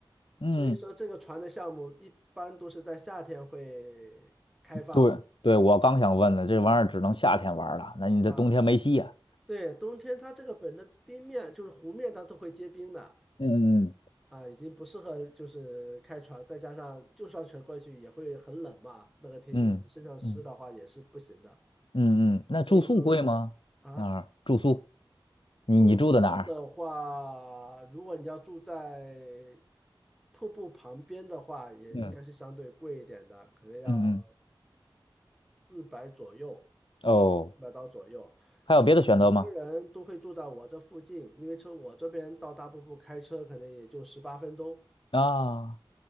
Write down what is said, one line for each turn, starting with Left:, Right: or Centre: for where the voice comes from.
Left: 嗯，
Centre: 所以说这个船的项目一般都是在夏天会开放
Left: 对对，我刚想问呢，这玩意儿只能夏天玩儿了，那你这冬天没戏呀？
Centre: 啊。对，冬天它这个本的冰面就是湖面，它都会结冰的。
Left: 嗯嗯
Centre: 啊，已经不适合就是开船，再加上就算船过去也会很冷嘛，那个天气身上湿的话也是不行的。
Left: 嗯嗯嗯嗯，那住宿贵吗？
Centre: 所以说啊，
Left: 那儿住宿，你你住的哪儿？
Centre: 住宿的话，如果你要住在瀑布旁边的话，也应该是相对贵一点的，
Left: 嗯。
Centre: 可能要
Left: 嗯嗯，
Centre: 四百左右，
Left: 哦，
Centre: 四百刀左右。
Left: 还有别的选择吗？
Centre: 所以很多人都会住在我这附近，因为从我这边到大瀑布开车可能也就十八分钟
Left: 啊，